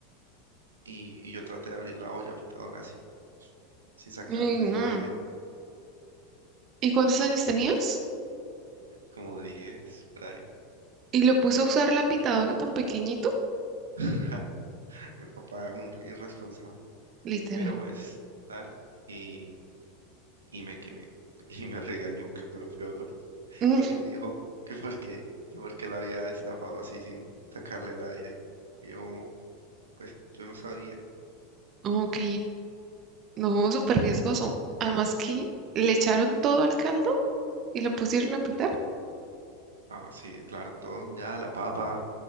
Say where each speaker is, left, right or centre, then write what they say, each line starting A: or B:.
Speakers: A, on the right (about 85°); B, on the right (about 40°).
A: y, y yo traté de abrir la olla pitadora así, sin sacarle
B: Ay, no.
A: el aire,
B: ¿Y cuántos años tenías?
A: como 10 por ahí.
B: ¿Y lo puso a usar la pitadora tan pequeñito?
A: <laughs> Mi papá es un irresponsable.
B: Literal.
A: Pero pues tal, y, y me quemé. <laughs> Y me regañó, que fue lo peor. <laughs>
B: Mm,
A: Porque me dijo que porque, que porque la había destapado así sin sacarle el aire. Y yo como, pues yo no sabía.
B: ok, no, súper riesgoso. Además que le echaron todo al caldo y lo pusieron a pitar.
A: Ah, sí, claro, todo, ya, la papa,